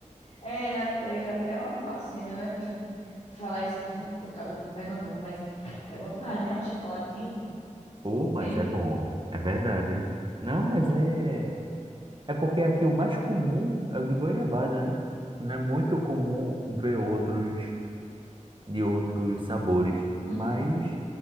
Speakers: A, on the left (about 55°); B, on the right (about 40°).
A: É até, é até uma blasfêmia, né? Bom, falar isso por, por causa de Pernambuco, mas é bom demais, né? Um chocolatinho, pô,
B: Pô, mas
A: dele.
B: é bom, é verdade. Não, mas é. É porque aqui o mais comum é o de goiabada, né? Não é muito comum ver outros de outros sabores,
A: Uhum.
B: mas